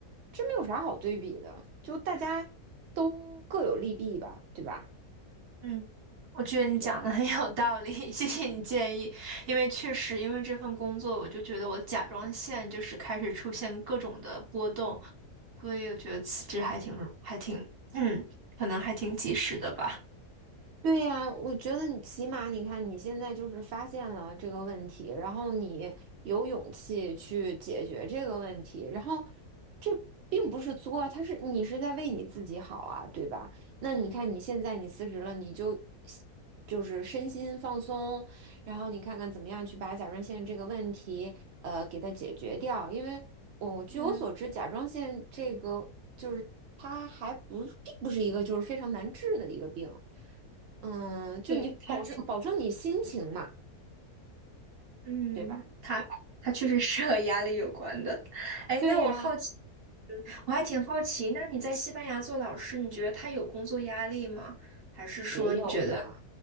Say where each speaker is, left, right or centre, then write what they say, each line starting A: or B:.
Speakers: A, on the right (about 70°); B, on the right (about 40°).
A: 这没有啥好对比的，就大家都各有利弊吧，对吧？
B: 嗯，我觉得你讲的很有道理，
A: 对，
B: <laughs> 谢谢你建议。因为确实，因为这份工作，我就觉得我甲状腺就是开始出现各种的波动，所以我觉得辞职还挺还挺，嗯，可能还挺及时的吧。
A: 对呀，我觉得你起码你看你现在就是发现了这个问题，然后你有勇气去解决这个问题，然后这并不是作，他是你是在为你自己好啊，对吧？那你看你现在你辞职了，你就就是身心放松，然后你看看怎么样去把甲状腺这个问题呃给它解决掉，因为我、据我所知，
B: 嗯，
A: 甲状腺这个就是它还不并不是一个就是非常难治的一个病。嗯，就你保证保证你心情嘛，
B: 对，他这嗯，
A: 对吧？
B: 他他确实是和压力有关的。哎，
A: 对呀，
B: 那我好奇，我还挺好奇，那你在西班牙做老师，你觉得他有工作压力吗？还是说你觉得
A: 也有呀，